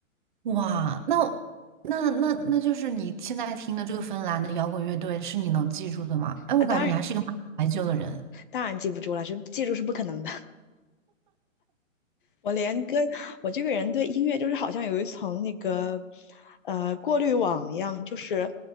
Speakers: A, on the right (about 35°); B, on the left (about 40°).
A: 哇，那那那那就是你现在听的这个芬兰的摇滚乐队是你能记住的吗？哎，我感觉你还是一个蛮怀旧的人。
B: 啊。当然，当然记不住了，这记住是不可能的。我连歌，我这个人对音乐就是好像有一层那个呃过滤网一样，就是